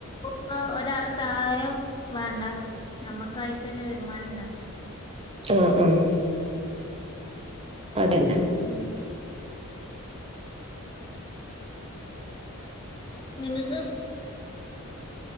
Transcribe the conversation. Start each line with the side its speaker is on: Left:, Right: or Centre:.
Left: ഇപ്പ ഒരാളെ സഹായം വേണ്ട നമ്മക്കായിട്ട് തന്നെ വരുമാനം ഇണ്ടാക്ക
Right: ആഹ് ആഹ് അതെന്നെ
Left: ഉം നിങ്ങക്ക്